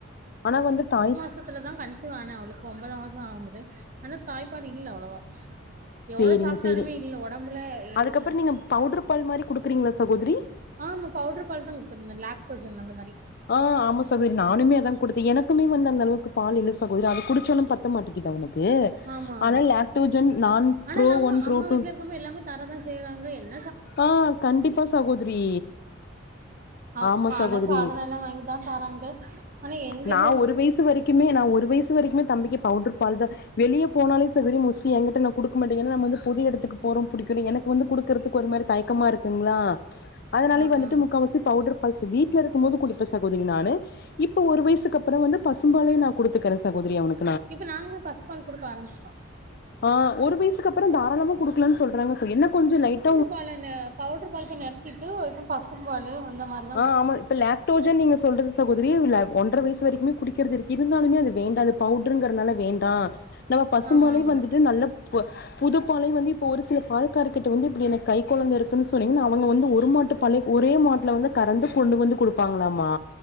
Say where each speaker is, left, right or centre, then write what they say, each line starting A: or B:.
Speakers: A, on the left; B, on the right.
A: ஆனா வந்து தாய்
B: பக்கத்துல தா கன்சிவ் ஆன அவுளுக்கு ஒன்பதா மாச ஆக முது ஆனா தாய்பாலு இல்ல அவ்ளவா எவ்ளோ
A: சேரிங்க
B: சாப்ட்டாலுமே
A: சேரி
B: இல்ல ஒடம்புல எ
A: அதுக்கப்புறோ
B: ஒட்ம்பு
A: நீங்க பவுடர் பால் மாரி குடுக்குறீங்களா சகோதரி
B: ஆமா பவுட்ரு பால் தா குடுத்துருந்த லேக்டோஜன் அந்த மாரி
A: ஆ ஆமா சகோதரி நானுமே அதா குடுத்த எனக்குமே வந்து அந்த அளவுக்கு பால் இல்ல சகோதரி அத குடிச்சோன பத் பத்த மாட்டிங்குதா உனக்கு
B: ஆமா ஆமா
A: ஆனா லாக்டோஜன் நான்
B: ஆனா
A: ப்ரோ
B: நம்ம
A: ஒன் ப்ரோ
B: அம்மா வீட்ல
A: டூ
B: இருக்கம்போ எல்லாமே தரதா செய்யறாங்க என்
A: ஆ கண்டிப்பா சாகோதிரி
B: ஆ
A: ஆமா சகோதரி
B: ஆனா சாதனோ எல்லா வாங்கி தா தராங்க ஆனா எங்க
A: நா ஒரு வய்சு வரக்குமே நா ஒரு வய்சு இந்து வரைக்குமே தம்பிக்கு பவுடர் பால் தா வெளிய போனாலே சகோதரி மோஸ்ட்லி எங்கிட்ட நா குடுக்க மாட்ட ஏனா அது வந்து பொது எடத்துக்கு போறோட்டு புடிக்கல எனக்கு வந்து குடு குற்துக்கு ஒரு மாரி தயக்கமா இருக்குங்ளா அதனாலயே
B: ஆ
A: வந்துட்டு
B: ஆ
A: முக்காவாசி பவுட்ரு பல்ஸு வீட்ல இருக்கும்போது குடுப்ப சகோதிரி நானு இப்ப ஒரு வய்சுக்கு அப்ற வந்து பசும்பாலயு நா குடுத்துக்கற சகோதரி நா அவனுக்
B: இப்ப நாங்ளு பசு பால் குடுக்க ஆரம்மிச்ட்டோ
A: ஆ ஒரு வய்சுக்குப்புற தாராளமா குடுக்குலான் சொல்றாங்க சோ என்ன கொஞ்ச லைட்
B: பலனு பவுட்ரு பால்தா நெரச்சிட்டு இப்ப பசும் பாலு அந்த மாரி
A: அ ஆமா இப்ப லே டூஜன் நீங்க சொல்றது சகோதரி இல்ல ஒன்ற வய்சு வரக்கிமே குடிக்கற்து இருக்கு இருந்தாலுமே அது வேண்டாது பவுட்ருங்றனால வேண்டா நம்ப் பசும்
B: ஆமா
A: பாலே
B: ஆமா
A: வந்துட்டு நல்லா பு புதுப்பாலே வந்து இப்ப ஒரு சில பால்கார் கிட்ட வந்து இப்டி எனக் கை கொழந்த இருக்குன் சொன்னீங்ன அவங்க வந்து ஒரு மாட்டுப் பல்லிக் ஒரே மாட்ல வந்து கரந்து கொண்டு வந்து குடுப்பாங்ளாமா